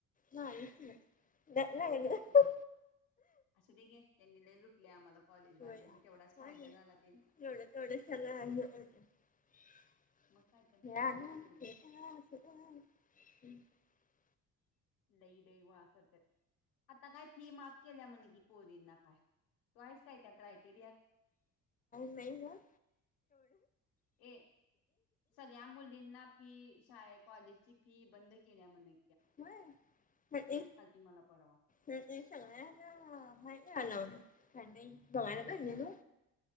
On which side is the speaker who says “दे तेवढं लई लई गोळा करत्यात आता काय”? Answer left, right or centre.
Left